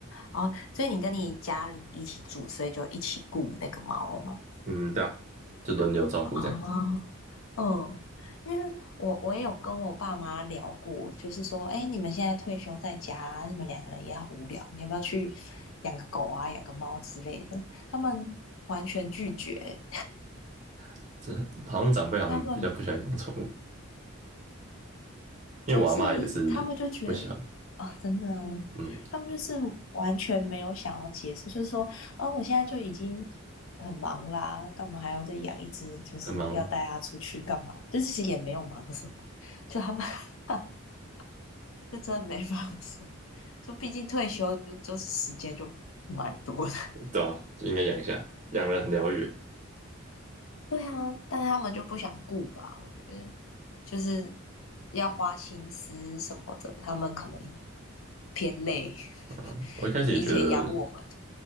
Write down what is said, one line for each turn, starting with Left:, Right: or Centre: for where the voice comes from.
Left: 哦，所以你跟你家里一起住，所以就一起雇那个猫嘛。
Right: 嗯，对啊，就轮流照顾这样子。
Left: 啊，嗯，因为我我也有跟我爸妈聊过，就是说，哎，你们现在退休在家，你们两个人也很无聊，你要不要去养个狗啊，养个猫之类的？他们完全拒绝，
Right: <laughs> 这好像长辈好像比较不喜欢养宠物，
Left: <laughs> 他们。
Right: 因为我阿嬷也是不喜欢。
Left: 就是他们就觉得啊、真的哦，
Right: 嗯，
Left: 他们就是完全没有想要结束，就是说，啊，我现在就已经很忙啦，干嘛还要再养一只？就是要带它出去干嘛？
Right: 很忙吗？
Left: 这其实也没有忙什么，就他们 <laughs> 就真的没忙什么。就毕竟退休就就是时间就蛮多的，
Right: 对啊，就应该养一下，养了很疗愈。
Left: 对啊，但他们就不想顾吧？我觉得就是要花心思什么的，他们可能偏累。
Right: 嗯，
Left: <laughs>
Right: 我一开始也觉得
Left: 以前养我们，